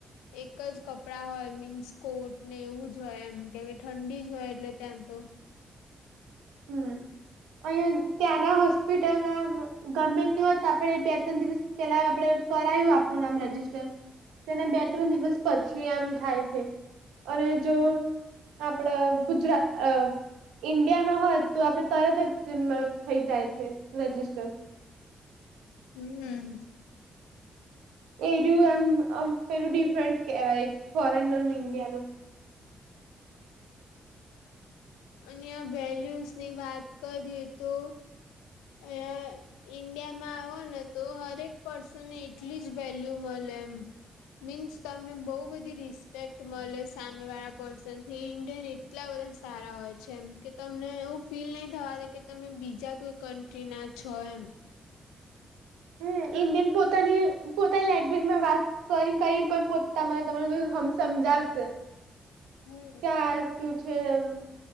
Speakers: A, on the left; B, on the right.
A: એક જ કપડાં હોય મીન્સ કોટ ને એવું જ હોય એમ કેમ કે ઠંડી જ હોય એટલે ત્યાં તો
B: હમ્મ. અહિયાં ત્યાંના હોસ્પિટલમાં ગમે હોત આપણે બે ત્રણ દિવસની પેલા આપડ કરાયું આપણું નામ રજિસ્ટર, તેના બે ત્રણ દિવસ પછી આમ થાય છે. અને જો આપડે ગુજરા ઇન્ડિયા હોય તો આપડે તરત જ થઈ જાય છે રજીસ્ટર.
A: હમ્મ.
B: એ રયુ આમ આમ પેલું ડિફરન્ટ કેવાય એક ફોરેન ન ઇન્ડિયાનું.
A: અહીંયા વેલ્યુઝ ની વાત કરીએ તો એ. ઈન્ડિયા માં આવે ને તો હરેક પર્સનને એટલી જ વેલ્યુ મળે એમ. મીન્સ તમને બહુ બધી રિસ્પેક્ટ મળે સામે વાળા પર્સન થી ઇન્ડિયન એટલા બધા સારા હોય છેમ કે તમને એવું ફીલ નહીં થવા દે કે તમે બીજા કોઈ કન્ટ્રી ના છો એમ.
B: હમ્મ, ઇન્ડિયન પોતાની પોતાની લેંગ્વેજમાં વાત કરીને કરીને પણ પોતા મને તમને હમ સમજાવશે.
A: હમ્મ.
B: હા શું છે એમ.